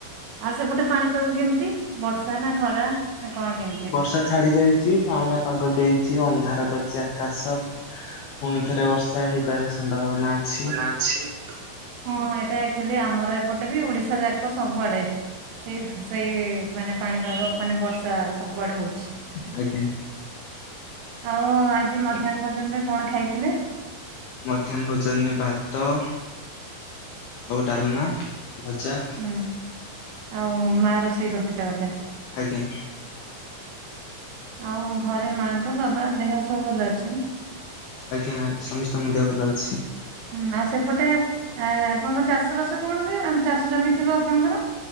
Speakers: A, on the right; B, on the left.
A: ଆଉ ସେପଟେ ପାଣିପାଗ କେମିତି ବର୍ଷା ନା ଖରା ନା କଣ କେମିତି?
B: ବର୍ଷା ଛାଡି ଯାଇଛି କାଆଁଳିଆ ପାଗ ଦେଇଛି ଅନ୍ଧାର କରିଛି ଆକାଶ ପୁଣି ଥରେ ବର୍ଷା ହେଇପାରେ ସମ୍ଭାବନା ଅଛି।
A: ନାଛି। ହଁ ଏଇଟା ଆକ୍ଚୁଆଲି ଆମର ଏପଟେ ବି ଓଡିଶା ଯା ଲୋକ ସବୁଆଡେ ସେଇ ସେଇ ମାନେ ପାଣିପାଗ ମାନେ ବର୍ଷା ସବୁଆଡେ ହଉଛି।
B: ଆଜ୍ଞା
A: ଆଉ ଆଜି ମଧ୍ୟାହ୍ନ ଭୋଜନ ରେ କଣ ଖାଇଥିଲେ?
B: ମଧ୍ୟାହ୍ନ ଭୋଜନରେ ଭା ତ ଆଉ ଡାଲମା ଭଜା।
A: ହୁଁ, ଆଉ ମା ରୋଷେଇ କରିଥିଲେ ବୋଧେ?
B: ଆଜ୍ଞା।
A: ଆଉ ଘରେ ମାଙ୍କ ବାବା ଦେହ ସବୁ ଭଲ ଅଛି?
B: ଆଜ୍ଞା, ସମସ୍ତଙ୍କ ଦେହ ଭଲ ଅଛି।
A: ହୁଁ, ଆଉ ସେପଟେ ଆପଣଙ୍କ ଚାଷ ବାସ କଣ ହୁଏ ମାନେ ଚାଷ ଜମି ଥିବ ଆପଣଙ୍କର?